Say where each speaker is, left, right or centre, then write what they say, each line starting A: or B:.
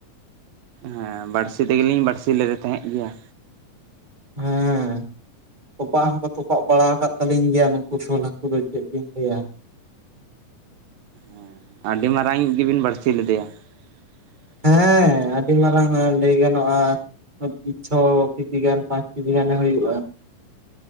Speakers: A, on the right; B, on the right.
A: ᱦᱮᱸ ᱵᱟᱹᱲᱥᱤ ᱛᱮᱜᱮᱞᱤᱧ ᱵᱟᱹᱲᱥᱤ ᱞᱮᱫᱮ ᱛᱟᱦᱮᱸᱫ ᱜᱮᱭᱟ᱾
B: ᱦᱮᱸ᱾ ᱛᱚᱯᱟᱜ ᱦᱚᱸᱠᱚ ᱛᱚᱯᱟᱜ ᱵᱟᱲᱟ ᱟᱠᱟᱫ ᱛᱟᱹᱞᱤᱧ ᱜᱮᱭᱟ, ᱱᱩᱠᱩ ᱥᱳᱞ ᱦᱟᱹᱠᱩ ᱫᱚ ᱪᱮᱫ ᱵᱤᱱ ᱞᱟᱹᱭᱟ
A: ᱦᱮᱸ ᱾ ᱟᱹᱰᱤ ᱢᱟᱨᱟᱝ ᱜᱮᱵᱤᱱ ᱵᱟᱹᱲᱥᱤ ᱞᱮᱫᱮᱭᱟ? <unintelligible>
B: ᱦᱮᱸᱻᱮ, ᱟᱹᱰᱤ ᱢᱟᱨᱟᱝ ᱦᱚᱲᱮ ᱞᱟᱹᱭ ᱜᱟᱱᱚᱜ-ᱟ ᱾ ᱯᱟᱸᱪ ᱠᱤ ᱪᱷᱚ ᱠᱮᱡᱤ ᱜᱟᱱ, ᱯᱟᱸᱪ ᱠᱮᱡᱤ ᱜᱟᱱᱮ ᱦᱩᱭᱩᱜ-ᱟ ᱾